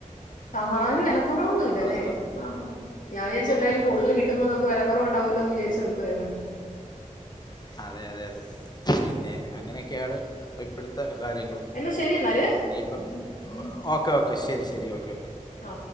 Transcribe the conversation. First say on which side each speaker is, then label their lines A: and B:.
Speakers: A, on the left (about 80°); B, on the left (about 30°).
A: താറാവിന് വിലക്കുറവൊന്നു ഇല്ലാല്ലേ
B: സ്ഥലം
A: ആഹാ ഞാൻ വിചാരിച്ചുഎന്തായാലും
B: ഏ അങ്ങനൊന്നുമില്ല
A: കൂടുതൽ കിട്ടുമ്പോ നമുക്ക് വില കുറവ് ഉണ്ടാവല്ലോന്ന് വിചാരിച്ച് നിക്കുവാര്ന്ന്
B: അതെ അതെ അതെ പിന്നെ അങ്ങനെയൊക്കെയാണ് ഇപ്പൊ ഇപ്പഴത്തെ കാര്യങ്ങള്
A: എന്നാ ശരി എന്നാല്
B: ഇനിയിപ്പം ഓക്കേ ഓക്കേ ശരി ശരി ശരി ഒക്കെ
A: ആ